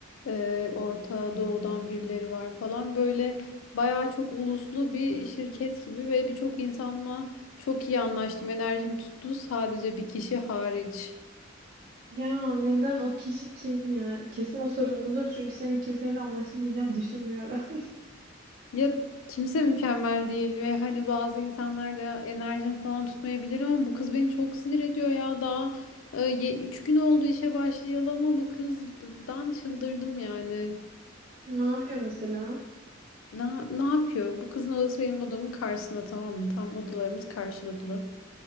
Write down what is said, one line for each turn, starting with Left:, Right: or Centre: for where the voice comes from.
Left: e, Orta Doğu'dan birileri var falan. Böyle bayağı çok uluslu bir şirket gibi ve birçok insanla çok iyi anlaştım. Enerjim tuttu sadece bir kişi hariç.
Right: Ya neden o kişi kim ya? Kesin o sorunludur çünkü senin kimseyle anlaşamayacağını düşünmüyorum. <laughs>
Left: Ya kimse mükemmel değil ve hani bazı insanlar da enerjini falan tutmayabilir ama bu kız beni çok sinir ediyor ya. Daha 3 gün oldu işe başlayalı ama bu kızdan çıldırdım yani.
Right: Ne yapıyor mesela?
Left: Ne, ne yapıyor? Bu kızın odası benim odamın karşısında tamam mı? Tam odalarımız karşılıklı.